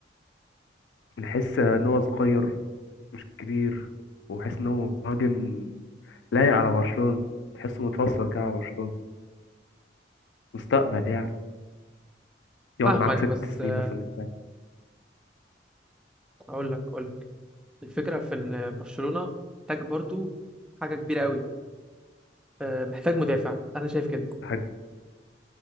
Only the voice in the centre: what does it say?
فاهمك
بس
آه،
اقول لك اقول لك الفكرة في إن برشلونة محتاج برضو حاجة كبيرة قوي آه، محتاج مدافع أنا شايف كده